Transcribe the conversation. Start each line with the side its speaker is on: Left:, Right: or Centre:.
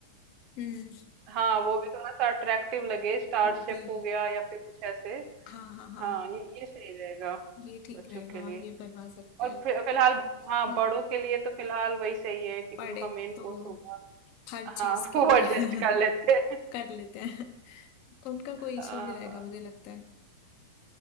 Left: हम्म
Right: हाँ वो भी थोड़ा सा अट्रैक्टिव लगे स्टार
Left: वो
Right: शेप
Left: भी
Right: हो गया या फिर कुछ ऐसे
Left: हाँ हाँ हाँ
Right: हाँ ये ये सही रहेगा
Left: ये ठीक
Right: बच्चों
Left: रहेगा
Right: के लिए
Left: ये बनवा सकते
Right: और
Left: हैं
Right: फिर- फिलहाल हाँ
Left: हाँ
Right: बड़ों के लिए तो फिलहाल वही सही है कि
Left: पड़े
Right: उनका मेन
Left: तो
Right: कोर्स होगा
Left: हर चीज
Right: हाँ <laughs>
Left: के
Right: वो
Left: लिए
Right: एडजस्ट
Left: <laughs>
Right: कर लेते हैं
Left: कर लेते हैं उनका कोई इश्यू
Right: हाँ
Left: नहीं रहेगा
Right: हाँ
Left: मुझे लगता है